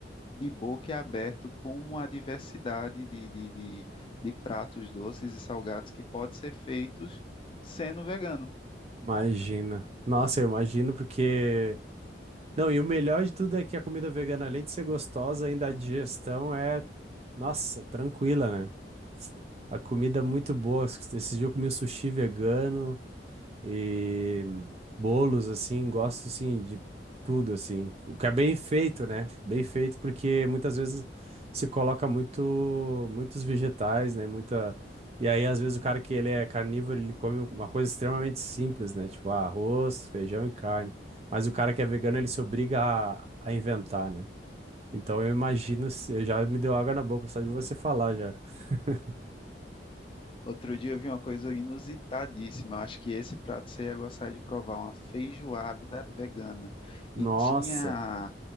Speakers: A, on the left; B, on the right.
A: de boca aberto com a diversidade de, de de- de pratos doces e salgados que pode ser feitos sendo vegano.
B: Imagina. Nossa, eu imagino porque Não, e o melhor de tudo é que a comida vegana, além de ser gostosa, ainda a digestão é, nossa, tranquila, né? A comida é muito boa. Esse dia eu comi um sushi vegano e bolos, assim, gosto, assim, de tudo, assim. O que é bem feito, né? Bem feito, porque muitas vezes se coloca muito, muitos vegetais, né? Muita... E aí, às vezes, o cara que ele é carnívoro, ele come uma coisa extremamente simples, né? Tipo, ah, arroz, feijão e carne. Mas o cara que é vegano, ele se obriga a, a inventar, né? Então eu imagino, se- já me deu água na boca só de você falar já. <laughs>
A: Outro dia eu vi uma coisa inusitadíssima. Eu acho que esse prato você ia gostar de provar, uma feijoada vegana.
B: Nossa.
A: E tinha